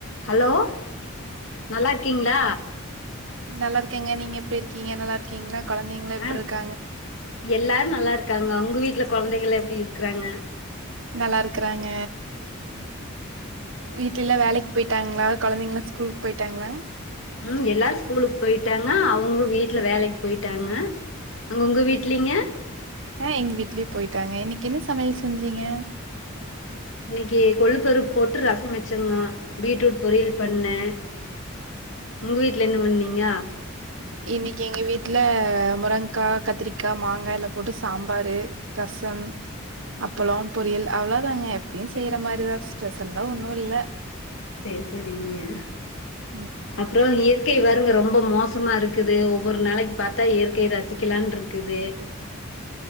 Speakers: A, on the left; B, on the right.
A: Hello நல்லாருக்கீங்ளா
B: நல்லாருக்கேங்க நீங்க எப்டி இருக்கீங்க நல்லா இருக்கீங்ளா கொழந்தைங்களா எப்புட்ருக்காங்க
A: ஆ எல்லாரு நல்லாருக்காங்க உங்க வீட்ல கொழந்தைகள்ளா எப்டி இருக்குறாங்க
B: நல்லாருக்கறாங்க வீட்ல எல்லா வேலைக் போயிட்டாங்ளா கொழந்தைங்களா ஸ்கூலுக்கு போயிட்டாங்ளா
A: ம் எல்லாரு ஸ்கூலுக்கு போயிட்டாங்க அவுங்க வீட்ல வேலைக்கி போயிட்டாங்க அங்க உங்க வீட்லிங்க
B: ஆ எங்க வீட்லேயு போயிட்டாங்க இன்னைக்கி என்ன சமையல் செஞ்சீங்க
A: இன்னைக்கி கொள்ளு பருப்பு போட்டு ரசம் வச்சேங்க பீட்ரூட் பொரியல் பண்ணே உங்க வீட்ல என்ன பண்ணீங்க
B: இன்னைக்கி எங்க வீட்ல முருங்கா கத்திரிக்கா மாங்காய்லா போட்டு சாம்பாரு ரசம் அப்பளம் பொரியல் அவ்ளோ தாங்க எப்பயு செய்யற மாரிதா ஸ்பெஷல்லா ஒன்னு இல்ல
A: சேரி சேரிங்க அப்
B: ம்
A: அப்றோ இயற்கை பாருங்க ரொம்ப மோசமாருக்குது ஒவ்வொரு நாளைக்கி பாத்தா இயற்கை ரசிக்கலான்ருக்குது